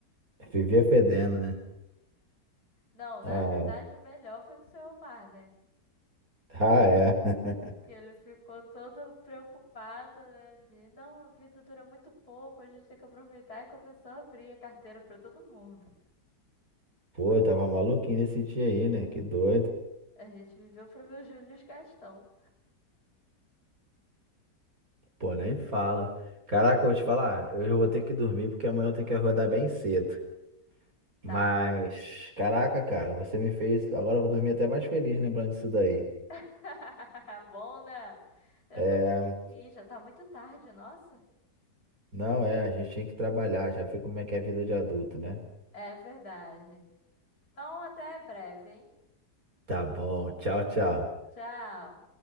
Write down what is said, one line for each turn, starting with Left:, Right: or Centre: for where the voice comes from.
Right: Vivia fedendo, né?
Left: Não, na
Right: Ah,
Left: verdade o melhor foi com o seu Omar, né?
Right: ah, é. <laughs>
Left: que ele ficou todo preocupado, né? De não, a vida dura muito pouco, a gente tem que aproveitar e começou a abrir a carteira pra todo mundo.
Right: Pô, eu tava maluquinho nesse dia aí, né? Que doido.
Left: A gente viveu pra ver o Júlio Gastão.
Right: Pô, nem fala. Caraca, eu vou te falar, eu já vou ter que dormir porque amanhã eu tenho que acordar bem cedo. Mas,
Left: Tá bom.
Right: caraca, cara, você me fez. Agora eu vou dormir até mais feliz lembrando disso daí.
Left: <laughs> Bom, né? Eu
Right: É,
Left: também tenho que ir, já tá muito tarde, nossa.
Right: não é, a gente tem que trabalhar, já viu como é que é a vida de adulto, né?
Left: É verdade. Então, até breve, hein?
Right: Tá bom, tchau, tchau.
Left: Tchau.